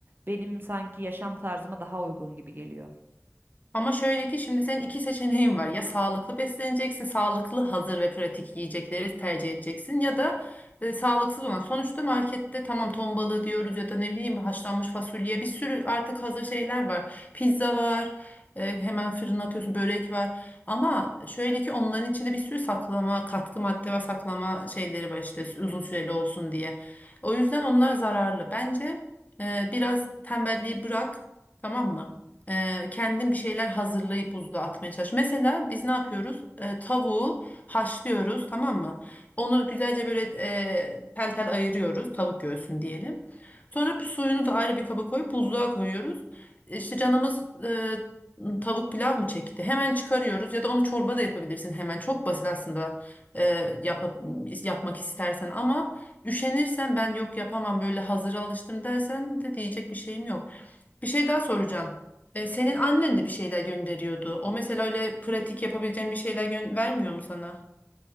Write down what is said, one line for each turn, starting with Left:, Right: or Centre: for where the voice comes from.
Right: benim sanki yaşam tarzıma daha uygun gibi geliyor.
Left: Ama şöyle ki şimdi senin iki seçeneğin var. Ya sağlıklı besleneceksin, sağlıklı hazır ve pratik yiyecekleri tercih edeceksin ya da e, sağlıksız olan. Sonuçta markette tamam ton balığı diyoruz ya da ne bileyim haşlanmış fasulye bir sürü artık hazır şeyler var. Pizza var. e, hemen fırına atıyorsun börek var ama şöyle ki onların içinde bir sürü saklama katkı madde ve saklama şeyleri var işte uzun süreli olsun diye o yüzden onlar zararlı bence e, biraz tembelliği bırak tamam mı ee, kendin bir şeyler hazırlayıp buzluğa atmaya çalış. Mesela biz ne yapıyoruz? Ee, tavuğu haşlıyoruz, tamam mı? Onu güzelce böyle e, tel tel ayırıyoruz, tavuk göğsünü diyelim. Sonra suyunu da ayrı bir kaba koyup buzluğa koyuyoruz. E, İşte canımız e, tavuk pilav mı çekti? Hemen çıkarıyoruz ya da onu çorba da yapabilirsin hemen. Çok basit aslında e, yapa- yapmak istersen ama üşenirsen ben yok yapamam böyle hazıra alıştım dersen de diyecek bir şeyim yok. Bir şey daha soracağım. E, senin annen de bir şeyler gönderiyordu. O mesela öyle pratik yapabileceğin bir şeyler gö- vermiyor mu sana?